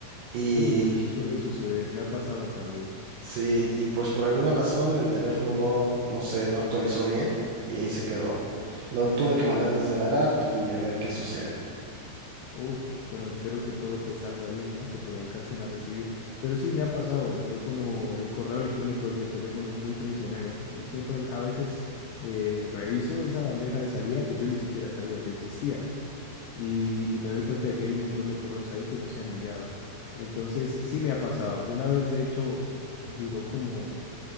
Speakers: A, on the right; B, on the left.
A: y
B: Uy, su- suele suceder, me ha pasado también.
A: Sí, y pues por alguna razón el teléfono no, no sé, no actualizó bien y ahí se quedó. Lo tuve que mandar desde la lab y a ver qué sucede.
B: Uf, bueno, espero que todo te salga bien, ¿no? Que te lo alcancen a recibir. Pero sí, me ha pasado, el teléfono, el correo electrónico desde el teléfono es muy traicionero. Eh, Siempre, me- a veces eh, reviso esa bandeja de salida que yo ni siquiera sabía que existía. y, y me doy cuenta de que hay un montón de correos ahí que no se han enviado. Entonces, sí me ha pasado. Una vez, de hecho, duró como